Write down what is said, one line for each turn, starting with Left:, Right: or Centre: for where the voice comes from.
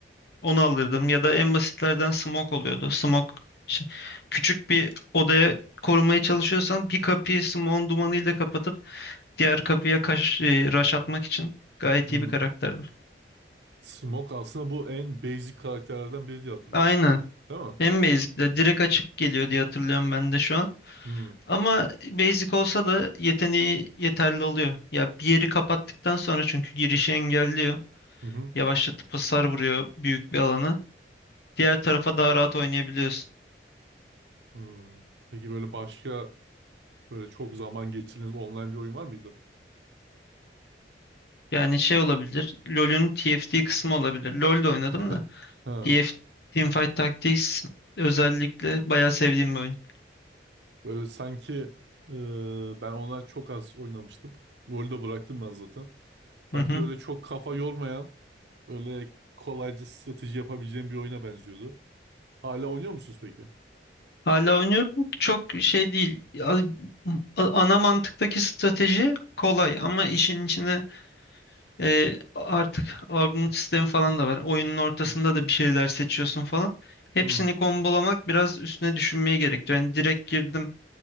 Left: Onu alırdım ya da en basitlerden smoke oluyordu. Smoke şey- küçük bir odaya korumaya çalışıyorsan bir kapıyı smoke'un dumanıyla kapatıp diğer kapıya kaş, e, rush atmak için gayet
Right: Hmm.
Left: iyi bir karakterdi.
Right: Smoke aslında bu en basic karakterlerden biri diye hatırlıyorum.
Left: Aynen.
Right: Değil mi?
Left: En basic de direkt açık geliyor diye hatırlıyorum ben de şu an.
Right: Hmm.
Left: Ama basic olsa da yeteneği yeterli oluyor. Ya bir yeri kapattıktan sonra çünkü girişi engelliyor.
Right: Hı hı.
Left: Yavaşlatıp hasar vuruyor büyük bir alana. Diğer tarafa daha rahat oynayabiliyorsun.
Right: Hmm. Peki böyle başka böyle çok zaman geçirdiğiniz online bir oyun var mıydı?
Left: Yani şey olabilir. LoL'ün TFT kısmı olabilir. LoL'de oynadım
Right: <laughs>
Left: da.
Right: Ha.
Left: TFT Teamfight Tactics özellikle bayağı sevdiğim bir oyun.
Right: Böyle sanki e, ben ona çok az oynamıştım. LoL'ü de bıraktım ben zaten. Sanki
Left: Hı hı.
Right: böyle çok kafa yormayan, böyle kolayca strateji yapabileceğim bir oyuna benziyordu. Hala oynuyor musunuz peki?
Left: Hala oynuyorum. Çok şey değil. Ya, a- Ana mantıktaki strateji kolay ama işin içine e, artık augment sistemi falan da var. Oyunun ortasında
Right: Hı
Left: da bir şeyler seçiyorsun falan. Hepsini
Right: hı
Left: kombolamak biraz üstüne düşünmeye gerektiriyor. Yani direkt girdim.